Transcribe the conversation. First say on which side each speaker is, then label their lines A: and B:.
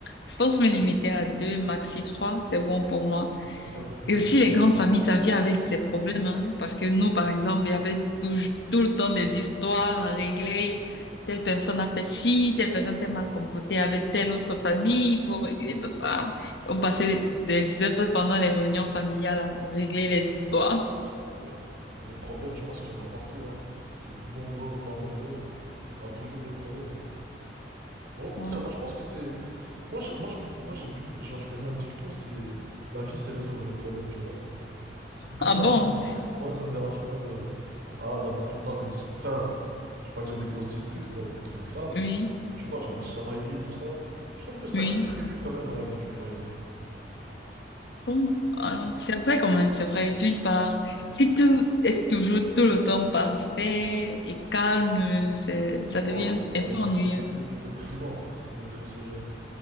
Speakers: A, on the left; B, on the right.
A: je pense me limiter à deux, maxi trois, c'est bon pour moi.
B: Pour toi, c'est plus
A: Et aussi,
B: le côté.
A: les grandes familles, ça vient avec ses problèmes, hein. Parce que nous, par exemple, il y avait tout, tout le temps des histoires à régler. Telle personne a fait ci, telle personne s'est mal comportée avec telle autre famille, il faut régler tout ça. On passait des heures pendant les réunions familiales à régler les histoires.
B: Bah, écoute, les problèmes, je pense qu'il y en a partout, hein. Que- Nombreux ou pas nombreux, il y aura toujours des problèmes. Mais au
A: Bon.
B: contraire, moi je pense que c'est. Moi, je, moi, je, moi j'ai, genre, je connais un dicton, c'est. La vie, c'est résoudre des problèmes, tu vois. Comment
A: Ah bon?
B: Moi, ça me dérange pas de voilà, d'avoir tout le temps des disputes. Enfin, je vais pas dire des grosses disputes, quoi, ou des trucs graves.
A: Oui,
B: Mais tu vois, genre des chamailleries, tout ça. Je trouve que ça
A: oui.
B: contribue quand même à la vie du foyer.
A: Bon, ah, c'est vrai quand même, c'est vrai. D'une part, si tout est toujours tout le temps parfait et calme, c'est, ça
B: Oh,
A: devient
B: je trouve ça
A: un peu ennuyeux.
B: dé- dé- déprimant, quoi. C'est dépressogène.